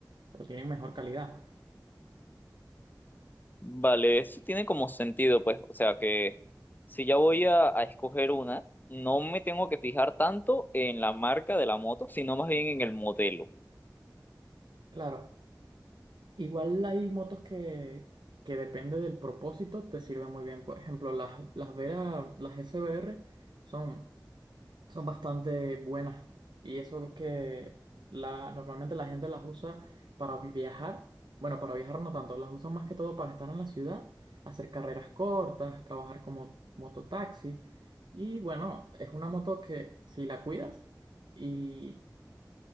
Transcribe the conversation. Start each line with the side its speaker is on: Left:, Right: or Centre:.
Right: pero tienen mejor calidad.
Left: Vale, eso tiene como sentido, pues, o sea que si ya voy a, a escoger una, no me tengo que fijar tanto en la marca de la moto, sino más bien en el modelo.
Right: Claro, igual hay motos que, que depende del propósito, te sirven muy bien. Por ejemplo, las, las Vera, las SBR son son bastante buenas y eso que la, normalmente la gente las usa para vi- viajar, bueno, para viajar no tanto, las usan más que todo para estar en la ciudad, hacer carreras cortas, trabajar como mototaxi y bueno, es una moto que si la cuidas y,